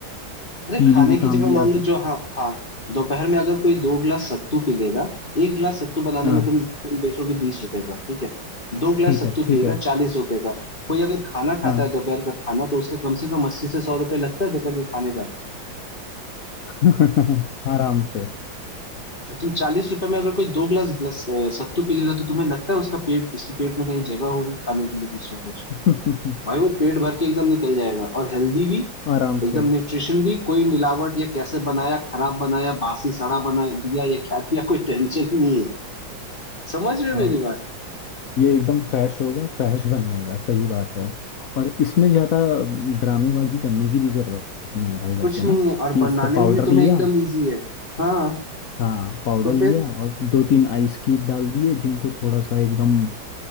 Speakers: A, on the left; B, on the left.
A: अरे
B: पीने
A: खाने
B: के
A: की
B: काम
A: जगह
B: भी
A: मान
B: आता
A: लो
B: है
A: जो हाँ हाँ दोपहर में अगर कोई दो गिलास सत्तू पी लेगा एक गिलास सत्तू बनाने
B: हाँ
A: में तुम तुम बेचोगे बीस रुपए का ठीक है दो गिलास
B: ठीक
A: सत्तू
B: है ठीक
A: पिएगा
B: है
A: चालीस रुपए का कोई अगर खाना खाता
B: हाँ
A: है दोपहर का खाना तो उसका कम से कम अस्सी से सौ रुपए लगता है दोपहर के खाने का
B: <laughs> आराम से
A: तो तुम चालीस रुपए में अगर कोई दो गिलास ग्लास अ, सत्तू पी लेगा तो तुम्हें लगता है उसका पेट उसके पेट में कहीं जगह होगी खाने के लिए दूसरा कुछ
B: <laughs>
A: भाई वो पेट भर के एकदम निकल जाएगा और हेल्दी भी
B: आराम
A: एकदम
B: से
A: न्यूट्रिशन भी कोई मिलावट या कैसे बनाया खराब बनाया बासी सड़ा बना दिया या क्या दिया कोई टेंशन ही नहीं है समझ रहे हो
B: हाँ
A: मेरी बात
B: ये एकदम फ्रेश होगा फ्रेश बनेगा सही बात है और इसमें ज़्यादा ड्रामेबाजी करने की भी ज़रूरत नहीं है भाई वैसे
A: कुछ नहीं
B: ना
A: है और
B: कि
A: बनाने
B: इसका पाउडर
A: में भी तुम्हें
B: लिया
A: एकदम इजी है हाँ
B: हाँ पाउडर
A: तो
B: लिया
A: फिर
B: और दो तीन आइस क्यूब डाल दिए जिनको थोड़ा सा एकदम